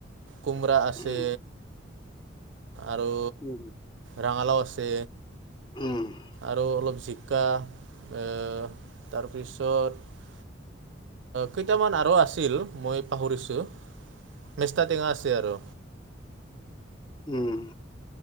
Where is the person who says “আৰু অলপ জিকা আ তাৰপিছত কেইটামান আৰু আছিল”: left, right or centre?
Right